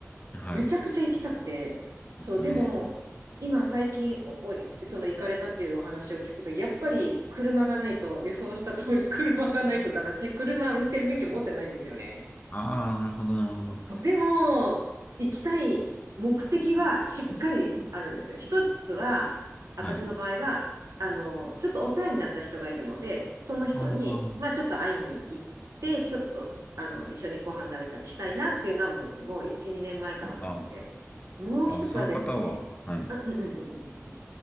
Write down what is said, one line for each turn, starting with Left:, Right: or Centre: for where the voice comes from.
Left: はい。
Right: めちゃくちゃ行きたくて、そう、
Left: おすすめですよ。
Right: でも、今最近お、おいその行かれたっていうお話を聞くと、やっぱり車がないと、予想した通り車がないとダメ。私、車運転免許持ってないんですよね。
Left: ああ、なるほど、なるほど。
Right: でも、行きたい目的はしっかりあるんですよ。一つは、私の場合は、
Left: はい。
Right: あの、ちょっとお世話になった人がいるので、その人に、
Left: あ
Right: まあちょっと会いに行って、ちょっと、あの、一緒にご飯食べたりしたいなっていうのはもう、もう1、2年前から思ってて。
Left: あ、あ
Right: もう一つはですね、
Left: あ、ああその方は、はい。
Right: あ、うんうんうんうん。